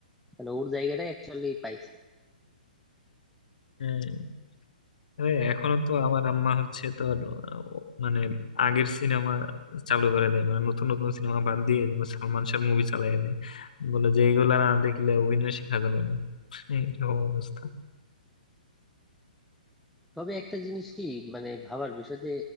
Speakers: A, in the centre; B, on the left.
A: মানে ওর জায়গাটাই অ্যাকচুয়ালি পাইছে
B: হ্যাঁ তবে এখনো তো আমার আম্মা হচ্ছে তোর আহ, মানে আগের সিনেমা চালু করে দেয় মানে নতুন নতুন সিনেমা বাদ দিয়ে যেমন সালমান শাহর মুভি চালিয়ে দেয় বলে যে এইগুলা না দেখলে অভিনয় শেখা যাবে না হ্যাঁ, এরকম অবস্থা
A: তবে একটা জিনিস কি মানে ভাবার বিষয় যে